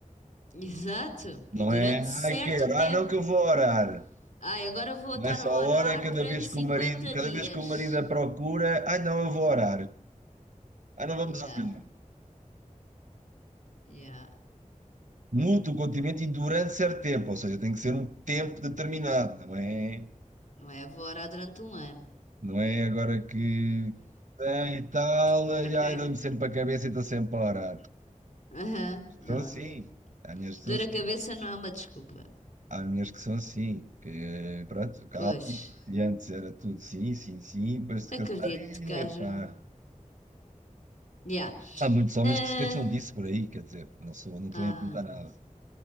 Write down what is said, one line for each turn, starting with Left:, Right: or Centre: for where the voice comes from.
Left: Exato, e
Right: Não
Left: durante
Right: é,
Left: certo
Right: ah, quero,
Left: tempo.
Right: ah, não que eu vou orar.
Left: Ai, agora vou estar
Right: Nessa
Left: a orar
Right: hora, cada
Left: durante
Right: vez
Left: 50
Right: que o marido, cada
Left: dias.
Right: vez que o marido a procura, ah não, eu vou orar, ah não vamos
Left: Yeah,
Right: orar.
Left: yeah.
Right: Muda o continente e durante certo tempo, ou seja, tem que ser um tempo determinado, não é?
Left: Não é? Vou orar durante um ano.
Right: Não é agora que tem e tal,
Left: <coughs>
Right: e ai dá-me sempre a cabeça e estou sempre a orar.
Left: Aham, Não,
Right: São assim,
Left: do-
Right: há minhas que
Left: dor
Right: são assim,
Left: a cabeça não é uma desculpa.
Right: há minhas que são assim, que pronto, calma,
Left: Pois,
Right: e antes era tudo sim, sim, sim, depois de
Left: acredito
Right: casar,
Left: que haja.
Right: epá.
Left: um. Yeah.
Right: Há muitos homens
Left: Ah,
Right: que se queixam disso por aí, quer dizer, não sou, não estou
Left: ah,
Right: a inventar nada.
Left: não sei.